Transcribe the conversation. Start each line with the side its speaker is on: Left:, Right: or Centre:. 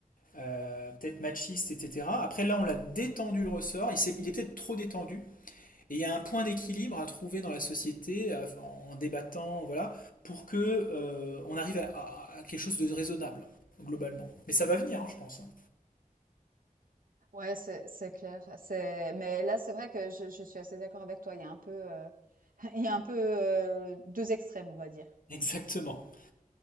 Left: euh, peut-être machiste, etc. Après là, on l'a détendu le ressort, il, il est peut-être trop détendu, et il y a un point d'équilibre à trouver dans la société à- en, en débattant, voilà, pour que euh, on arrive à, à- à quelque chose de raisonnable globalement. Mais ça va venir, hein, je pense. hein.
Right: Ouais, c'est c'est clair. C'est mais là c'est vrai que je, je suis assez d'accord avec toi. Il y a un peu euh, <laughs> il y a un peu euh, deux extrêmes on va dire.
Left: Exactement,